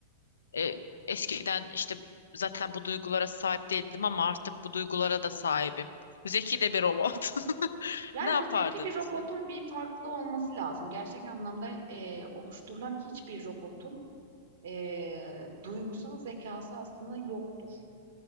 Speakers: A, on the left; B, on the right.
A: E, eskiden işte zaten bu duygulara sahip değildim ama artık bu duygulara da sahibim. Zeki de bir robot. <laughs>
B: Yani
A: Ne yapardın
B: bu zeki bir robotun
A: sen?
B: bir farklı olması lazım. Gerçek anlamda e, oluşturulan hiçbir robotun e, duygusal zekası aslında yoktur.